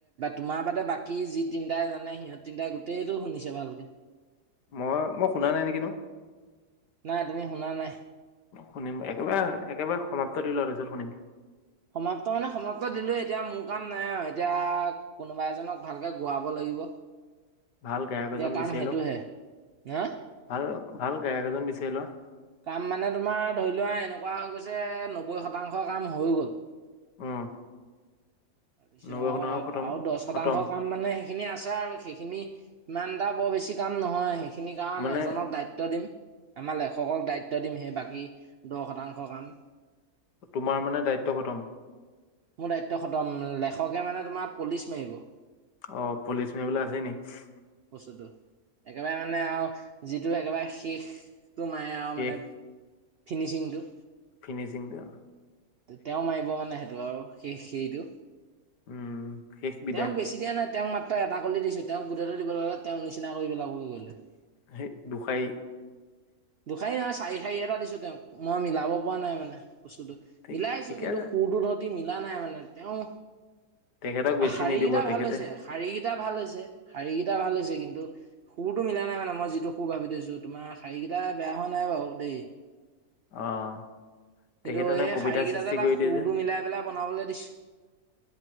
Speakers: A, on the right (about 85°); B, on the left (about 80°).
A: তোমাৰ বাদে বাকী যি তিনিটাই জানে সিহঁত তিনিটাই গোটেইটো শুনিছে ভালকে।
B: মই মই শুনা নাই নেকি নো।
A: নাই তুমি শুনা নাই।
B: শুনিম একেবাৰে একেবাৰে সমাপ্ত দি ল তাছত শুনিম।
A: সমাপ্ত মানে সমাপ্ত দিলো, এতিয়া মোৰ কাম নাই আও এতিয়া কোনোবা এজনক ভালকে গোৱাব লাগিব।
B: ভাল গায়ক
A: এতিয়া
B: এজন
A: কাম
B: বিচাৰি
A: সেইটোহে
B: লওক।
A: হা
B: আৰু ভাল গায়ক এজন বিচাৰ লোৱা।
A: কাম মানে তোমাৰ ধৰি লোৱা এনেকুৱা হৈ গৈছে, নব্বৈ শতাংশ কাম হৈ গ'ল।
B: উম।
A: তাৰপিছত
B: নবসনা খতম
A: আৰু দহ শতাংশ
B: খতম
A: কাম মানে সেইখিনি আছে আৰু, সেইখিনি ইমান এটা বৰ বেছি কাম নহয়, সেই খিনি কাৰণ
B: মানে
A: এজনক দায়িত্ব দিম। আমাৰ লেখকক দায়িত্ব দিম, সেই বাকী দহ শতাংশ কাম।
B: তোমাৰ মানে দায়িত্ব খতম?
A: মোৰ দায়িত্ব খতম, লেখকে মানে তোমাৰ পলিচ মাৰিব।
B: অ', পুলিচ মাৰিবলৈ আছেই নেকি।
A: বস্তুটো, একেবাৰে মানে আৰু যিটো একেবাৰে শেষ। টো নাই আৰু
B: শেষ
A: মানে, ফিনিচিংটো।
B: ফিনিচিংটো অ'।
A: তেওঁ মাৰিব মানে সেইটো আৰু সেই সেইটো।
B: উম শেষ বিদায়
A: তেওঁক বেছি দিয়া নাই, তেওঁক মা ত্ত্ৰ এটা কলি দিছোঁ, তেওঁক গোটেইটো দিব ল'লে, তেওঁ নিচিনা কৰি পেলাব, গৈ লৈ।
B: সেই দখাই।
A: দুখাৰী নহয়, চাৰি খাৰি এটা দিছোঁ তেওঁক, মই মিলাব পৰা নাই মানে, বস্তুটো।
B: ঠিক
A: মিলাইছোঁ,
B: ঠিকে
A: কিন্তু
B: আছে
A: সুৰটো সতি মিলা নাই মানে, তেওঁ
B: তেখেতক বেছি
A: শাৰী
B: নিদিব
A: কেইটা
B: তেখেতে
A: ভাল হৈছে, শাৰী কেইটা ভাল হৈছে, শাৰী কেইটা ভাল হৈছে, কিন্তু সুৰটো মিলা নাই মানে, মই যিটো সুৰ ভাবি থৈছোঁ, তোমাৰ শাৰীকেইটা বেয়া হোৱা নাই বাৰু দেই।
B: অ'। তেখেতে
A: কিন্তু,
B: ন
A: সেই
B: কবিতা
A: শাৰীকেইটাতে
B: সৃষ্টি
A: তাক
B: কৰি দিয়ে
A: সুৰটো
B: যে
A: মিলাই পেলাই বনাবলৈ দিছোঁ।